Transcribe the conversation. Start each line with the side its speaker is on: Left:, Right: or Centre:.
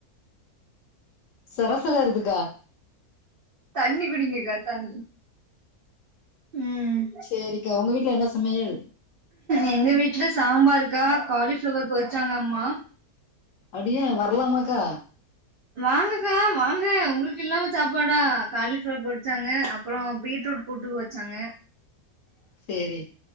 Left: சரசல் ஏருதுக்கா
Right: தண்ணி குடிங்கக்கா தண்ணி ம்
Left: சேரிக்கா உங்க வீட்டுல என்ன சமையல்
Right: எங்க வீட்டுல சாம்பாருக்கா காலிஃப்ளவர் பொரிச்சாங்க அம்மா
Left: அப்டியா வரலாமாக்கா
Right: வாங்கக்கா வாங்க உங்குளுக்கு இல்லாத சாப்பாடா காலிஃப்ளர் பொரிச்சாங்க அப்புறோ பீட்ரூட் கூட்டு வச்சாங்க
Left: சேரி